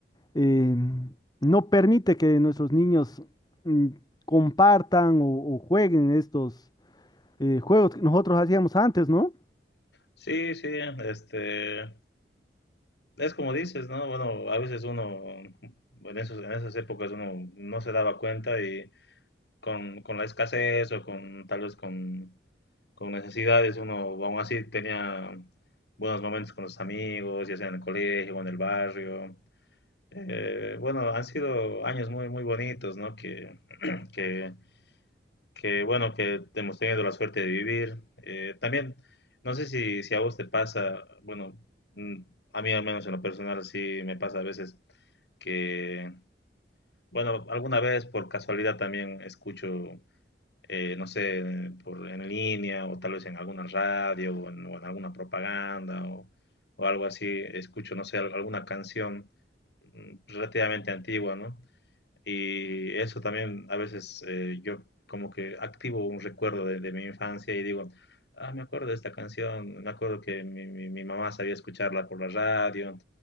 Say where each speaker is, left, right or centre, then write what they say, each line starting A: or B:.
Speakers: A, on the left; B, on the left.
A: eh, no permite que nuestros niños mm, compartan o, o jueguen estos eh, juegos que nosotros hacíamos antes, ¿no?
B: Sí, sí, este, es como dices, ¿no? Bueno, a veces uno, en esos, en esas épocas uno no se daba cuenta y con, con la escasez o con tal vez con, con necesidades, uno aún así tenía buenos momentos con los amigos, ya sea en el colegio o en el barrio. Eh, bueno, han sido años muy, muy bonitos, ¿no? Que, que, que, bueno, que hemos tenido la suerte de vivir. Eh, también, no sé si, si a vos te pasa, bueno, mm, a mí al menos en lo personal sí me pasa a veces que, bueno, alguna vez por casualidad también escucho eh, no sé, por, en línea o tal vez en alguna radio o en, o en alguna propaganda o, o algo así, escucho, no sé, al- alguna canción mm, relativamente antigua, ¿no? Y eso también a veces eh, yo como que activo un recuerdo de, de mi infancia y digo, ah, me acuerdo de esta canción, me acuerdo que mi, mi- mi mamá sabía escucharla por la radio.